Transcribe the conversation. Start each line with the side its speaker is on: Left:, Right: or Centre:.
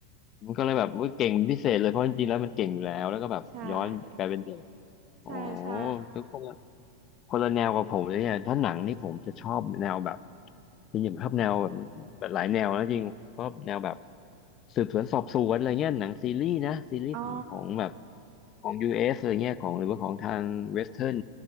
Left: มันก็เลยแบบว่าเก่งเป็นพิเศษเลยเพราะจริงๆแล้วมันเก่งอยู่แล้วแล้วก็แบบย้อนกลายเป็นเด็ก
Right: <laughs> ใช่
Left: โอ้
Right: ใช่ใช่
Left: ทุกคนคนละแนวกับผมเลยเนี่ยถ้าหนังนี่ผมจะชอบแนวแบบ จริงๆชอบแนวแบบแบบหลายแนวแล้วจริงชอบแนวแบบสืบสวนสอบสวนอะไรเงี้ยหนังซีรีส์นะซีรีส์ของแบบ
Right: อ๋อ
Left: ของ US อสอะไรเงี้ยของหรือว่าของทางเวสเทิร์น